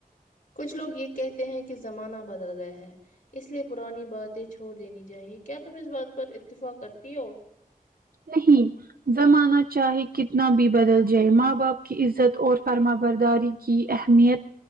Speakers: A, on the left (about 60°); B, on the right (about 70°).
A: کچھ لوگ یہ کہتے ہیں کہ زمانہ بدل گیا ہے اس لیے پرانی باتیں چھوڑ دینی چاہیے کیا تم اس بات پر اتفاق کرتی ہو
B: نہیں زمانہ چاہے کتنا بھی بدل جائے ماں باپ کی عزت اور فرما برداری کی اہمیت